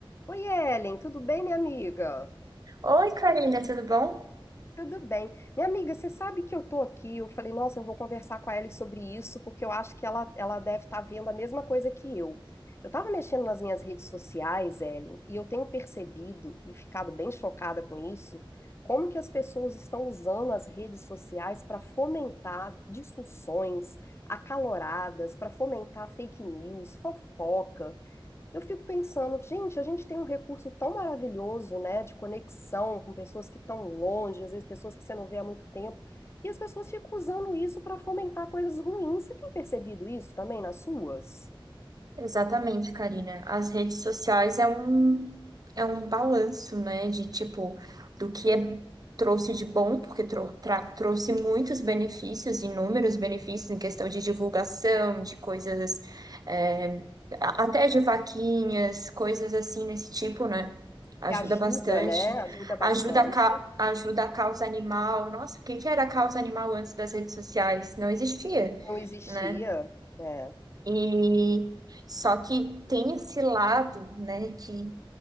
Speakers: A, on the left; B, on the right.
A: Oi, Ellen, tudo bem, minha amiga?
B: Oi, Karina, tudo bom?
A: Tudo bem. Minha amiga, você sabe que eu tô aqui. Eu falei, nossa, eu vou conversar com a Ellen sobre isso, porque eu acho que ela, ela deve estar vendo a mesma coisa que eu. Eu tava mexendo nas minhas redes sociais, Ellen, e eu tenho percebido e ficado bem chocada com isso, como que as pessoas estão usando as redes sociais para fomentar discussões acaloradas, para fomentar fake news, fofoca. Eu fico pensando, gente, a gente tem um recurso tão maravilhoso, né, de conexão com pessoas que estão longe, às vezes pessoas que você não vê há muito tempo, e as pessoas ficam usando isso para fomentar coisas ruins. Você tem percebido isso também nas suas?
B: Exatamente, Karina. As redes sociais é um, é um balanço, né, de tipo, do que é- trouxe de bom, porque trou- tra- trouxe muitos benefícios, inúmeros benefícios em questão de divulgação, de coisas, é, a- até de vaquinhas, coisas assim nesse tipo, né? Ajuda
A: Que ajuda,
B: bastante.
A: né? Ajuda bastante.
B: Ajuda a, ca- ajuda a causa animal. Nossa, o que que era a causa animal antes das redes sociais? Não existia,
A: Não existia.
B: né?
A: é.
B: E só que tem esse lado, né, que